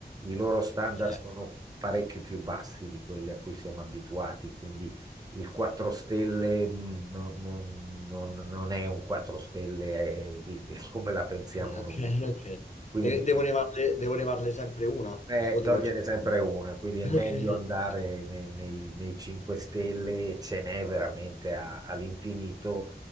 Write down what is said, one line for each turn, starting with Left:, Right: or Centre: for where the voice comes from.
Right: i loro standard
Left: Certo.
Right: sono
Left: <laughs>
Right: parecchio più bassi di quelli a cui siamo abituati, quindi il 4 stelle mh, non, non- non- non è un 4 stelle eh, di- di- come la pensiamo
Left: Eh, Ok,
Right: noi.
Left: ok.
Right: Quindi
Left: Ne- Devo nevarle, devo nevarle sempre una
Right: eh,
Left: o devo
Right: togliene
Left: aggiungere?
Right: sempre una, quindi è
Left: <laughs>
Right: meglio andare
Left: Ok.
Right: nei, nei- nei 5 Stelle, ce n'è veramente a- all'infinito.